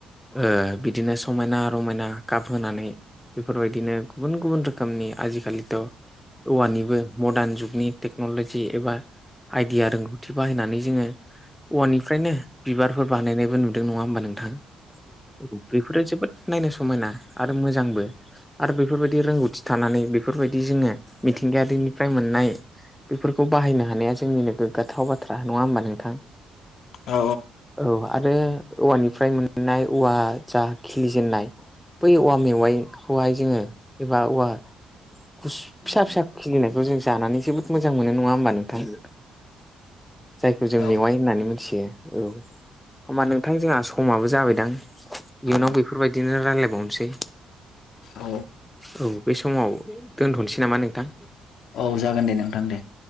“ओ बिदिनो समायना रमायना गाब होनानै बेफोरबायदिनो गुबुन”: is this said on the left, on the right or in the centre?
Centre